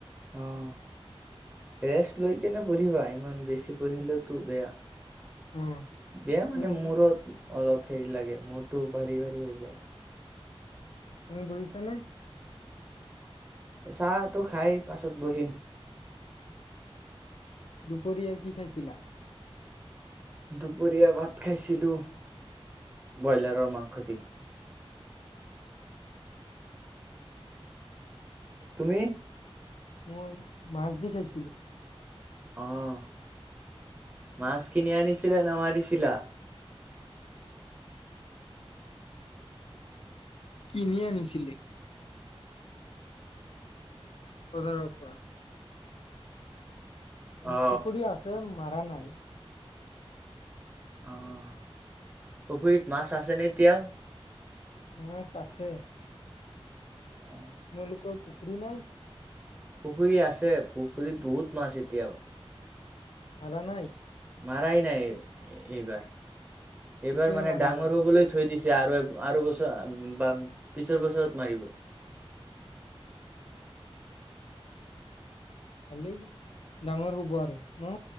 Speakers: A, on the right; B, on the left.
A: অ' ৰেষ্ট লৈ কেনে পঢ়িবা, ইমান বেছি পঢ়িলেওতো বেয়া।
B: অ
A: বেয়া
B: তুমি
A: মানে মোৰত।। অলপ হেৰি লাগে মূৰটো ভাৰি ভাৰি হৈ যায়।
B: তুমি বুজিছা নে?
A: চাহটো খাই পাছত বহিম।
B: দুপৰীয়া কি খাইছিলা?
A: দুপৰীয়া ভাত খাইছিলোঁ, ব্ৰইলাৰৰ মাংস দি। তুমি
B: <inaudible> মই মাছ দি খাইছিলোঁ।
A: আহ মাছ কিনি আনিছিলে নে মাৰিছিলা?
B: কিনি আনিছিলি? বজাৰৰ পৰা। উম,
A: অ
B: পুখুৰী আছে মা মাৰা নাই।
A: অহ, পুখুৰীত মাছ আছেনে এতিয়াও?
B: মাছ আছে।
A: অ।
B: তোমালোকৰ পুখুৰী নাই?
A: পুখুৰী আছে পুখুৰীত বহুত মাছ এতিয়াও।
B: মাৰা নাই?
A: মাৰাই নাই, এইবাৰ।
B: কেতিয়া
A: এইবাৰ মানে
B: মাৰিবা
A: ডাঙৰ হ'বলৈ থৈ দিছে। আৰু আৰু বছৰ বা পিছৰ বছৰত মাৰিব।
B: খালি ডাঙৰ হ'ব আৰু ন?